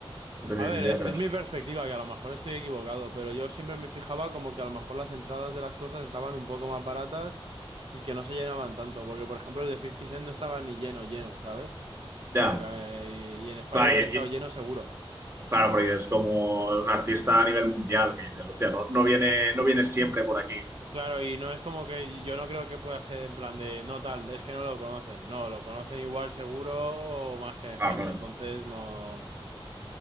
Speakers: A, on the right; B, on the right.
A: No tenía
B: A ver,
A: ni idea,
B: es,
A: creo.
B: es mi perspectiva, que a lo mejor estoy equivocado, pero yo siempre me fijaba como que a lo mejor las entradas de las cosas estaban un poco más baratas y que no se llenaban tanto, porque por ejemplo el de Fifty Cent no estaba ni lleno, lleno, ¿sabes?
A: Ya,
B: Como que... eh, Y en España
A: claro,
B: hubiera estado
A: y- y-
B: lleno seguro.
A: claro, porque es como un artista a nivel mundial que dices, hostia, no, no viene, no viene siempre por aquí.
B: Claro, y no es como que yo no creo que pueda ser en plan de, no tal, es que no lo conocen, no, lo conocen igual seguro o más que en España,
A: Ah, claro.
B: entonces no...